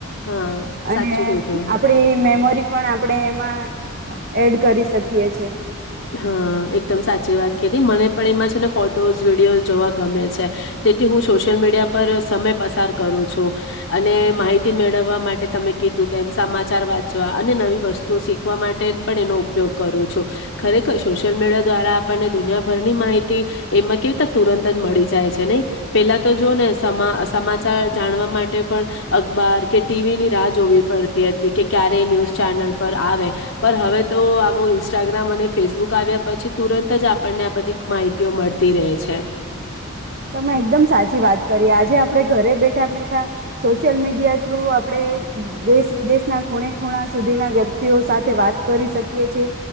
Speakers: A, on the left; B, on the right.
A: હા
B: અને
A: સાચું કીધું
B: આપણે એ મેમોરી પણ આપણે એમાં અ એડ કરી શકીએ છીએ.
A: હા, એકદમ સાચી વાત કીધી મને પણ એમાં છે ને ફોટોસ વિડીયોઝ જોવા ગમે છે. તેથી હું સોશિયલ મીડિયા પર સમય પસાર કરું છું અને માહિતી મેળવવા માટે તમે કીધું તેમ સમા ચાર વાંચવા અને નવી વસ્તુ શીખવા માટે પણ એનો ઉપયોગ કરું છું. ખરેખર સોશિયલ મીડિયા દ્વારા આપણને દુનિયાભરની માહિતી એમાં કેવી રીતના તુરંત જ મળી જાય છે નહી. પેલા તો જો ને સમા સમાચાર જાણવા માટે પણ અખબાર કે ટીવી ની રાહ જોવી પડતી હતી કે ક્યારે ન્યુઝ ચેનલ પર આવે પર હવે તો આ બહુ ઇન્સ્ટાગ્રામ અને ફેસબુક આવ્યા પછી તુરંત જ આપણને આ બધી માહિતીઓ મળતી રહે છે.
B: તમે એકદમ સાચી વાત કરી આજે આપડે ઘરે બેઠા બેઠા સોશિયલ મીડિયા થ્રુ આપણે દેશ વિદેશના ખૂણે ખૂણા સુધીના વ્યક્તિઓ સાથે વાત કરી શકીએ છીએ